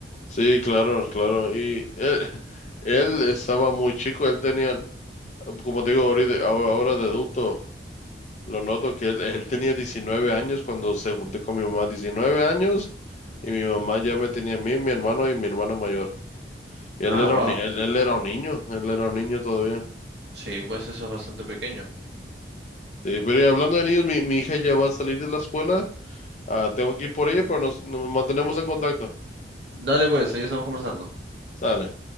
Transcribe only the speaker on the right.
Ah,
wow.
Sí, pues eso es bastante pequeño.
Dale, pues, ahí estamos conversando.